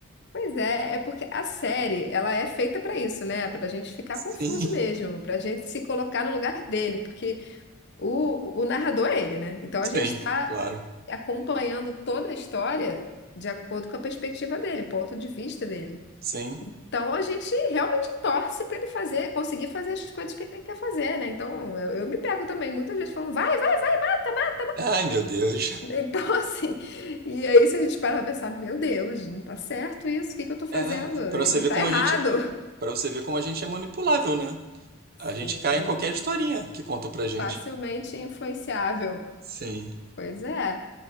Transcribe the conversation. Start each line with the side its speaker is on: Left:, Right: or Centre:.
Left: Pois é, é porque a série, ela é feita pra isso, né? Pra gente ficar
Right: Sim,
Left: confuso mesmo,
Right: <laughs>
Left: pra gente se colocar no lugar dele, porque o, o narrador é ele, né? Então
Right: sim,
Left: a gente tá
Right: claro.
Left: acompanhando toda a história de acordo com a perspectiva dele, o ponto de vista dele.
Right: Sim.
Left: Então a gente realmente torce para ele fazer, conseguir fazer as coisas que ele quer fazer, né? Então eu, eu me pego também muitas vezes falando, vai, vai, tá
Right: Ai, meu Deus.
Left: mais. Então <laughs> assim, e aí se a gente para pra pensar, meu Deus, não tá certo isso, o que que eu tô fazendo?
Right: É,
Left: Ele
Right: pra você ver
Left: tá
Right: como
Left: errado.
Right: a gente, para você ver como a gente é manipulável, né? A gente
Left: Sim,
Right: cai em qualquer historinha que contam pra gente.
Left: facilmente influenciável.
Right: Sim.
Left: Pois é.